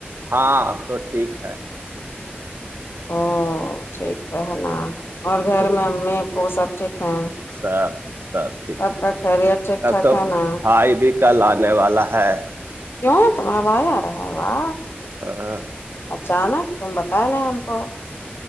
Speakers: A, on the right (about 70°); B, on the left (about 70°).
A: ہاں اب تو ٹھیک ہے
B: او ٹھیک ہے ہے نا اور گھر میں امی پو سب ٹھیک ہیں
A: سب سب ٹھیک ہے
B: کا خیریت ٹھیک
A: اب
B: ٹھاک
A: تو
B: ہے نا
A: بھائی بھی کل آنے والا ہے
B: کیوں تمارا بھائی رہا ہے وا
A: ہاں
B: اچانک تم بتایا نہیں ہم کو